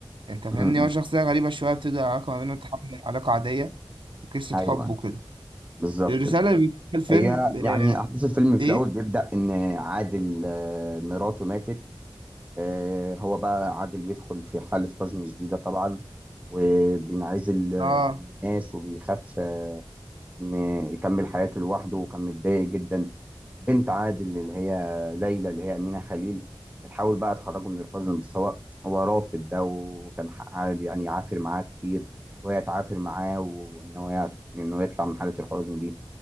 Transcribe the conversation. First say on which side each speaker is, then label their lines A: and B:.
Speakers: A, on the right; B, on the right.
A: أنت فاهمني
B: إمم، إمم.
A: هو شخصية غريبة شوية بتبدأ العلاقة ما بينهم تحول لعلاقة عادية قصة
B: ايوه
A: حب وكده
B: بالظبط
A: الرسالة
B: بالظبط
A: اللي بتقولها الفيلم
B: هي يعني
A: آه،
B: احداث الفيلم في
A: إيه؟
B: الاول بيبدا ان عادل آه، مراته ماتت آه، هو بقى عادل بيدخل في حاله حزن شديده طبعا وبينعزل آه،
A: آه
B: عن الناس وبيخاف ان يكمل حياته لوحده وكان متضايق جدا بنت عادل اللي هي ليلى اللي هي أمينة خليل بتحاول بقى تخرجه من الحزن بس هو هو رافض ده وكان حق عادل يعني يعافر معاه كتير وهي تعافر معاه وإن هو يعت- إنه يطلع من حالة الحزن دي